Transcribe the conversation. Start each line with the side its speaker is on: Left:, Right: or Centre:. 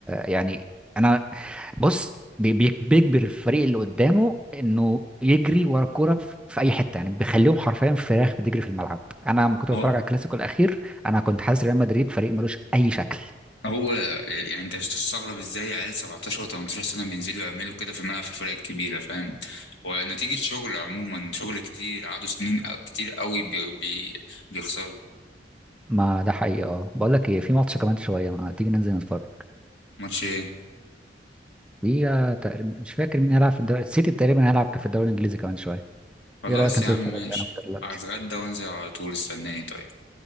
Centre: يعني انا بص بي- بي- بيجبر الفريق اللي قدامه انه يجري ورا الكوره في في اي حته يعني بيخليهم حرفيا فراخ بتجري في الملعب انا لما كنت بتفرج
Left: هو
Centre: على الكلاسيكو الاخير انا كنت حاسس ريال مدريد فريق ملوش اي شكل
Left: هو يعني انت بتستغرب ازاي عيال 17 و18 سنه بينزلوا يعملوا كده في الملعب في الفرق الكبيره فاهم هو نتيجه شغل عموما شغل كتير قعدوا سنين أو- كتير قوي بي بي بيخسروا
Centre: ما ده حقيقي اه بقول لك ايه في ماتش كمان شويه ما تيجي ننزل نتفرج
Left: ماتش ايه
Centre: في آه، تقريبا مش فاكر مين هيلعب في الدوري السيتي تقريبا هيلعب في الدوري الانجليزي كمان شويه
Left: خلاص
Centre: ايه رايك ننزل
Left: يا عم
Centre: نتفرج
Left: ماشي
Centre: على دلوقتي
Left: هتغدى وانزل على طول استناني طيب